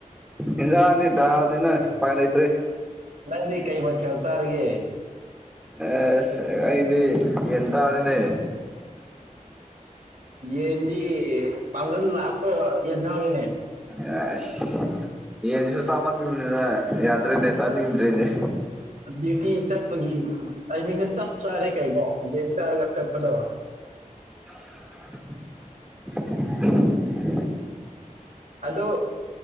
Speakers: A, in the centre; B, on the right.
A: ꯏꯟꯖꯥꯡꯅꯤ ꯗꯥꯔꯅꯤꯅ ꯎꯄꯥꯏ ꯂꯩꯇ꯭ꯔꯦ
B: ꯅꯪꯗꯤ ꯀꯩ ꯃꯈꯦꯜ ꯆꯥꯔꯒꯦ
A: ꯑꯁ ꯑꯩꯗꯤ ꯌꯦꯟ ꯇꯥꯔꯤꯅꯦ
B: ꯌꯦꯗꯤ ꯄꯪꯒꯜ ꯂꯥꯛꯄ ꯌꯦꯟꯖꯉꯅꯦ
A: ꯑꯁ ꯌꯦꯟꯁꯨ ꯁꯃꯥꯟ ꯌꯥꯗ꯭ꯔꯅꯦꯁ ꯅꯤꯡꯗ꯭ꯔꯔꯤꯅꯦ
B: ꯗ꯭ꯌꯨꯇꯤ ꯆꯠꯄꯒꯤ ꯇꯥꯏꯃꯤꯡꯗ ꯆꯞ ꯆꯥꯔꯦ ꯀꯩꯅꯣ ꯌꯦꯡ ꯆꯥꯔꯒ ꯆꯠꯄꯗꯣ
A: <unintelligible>
B: ꯑꯗꯣ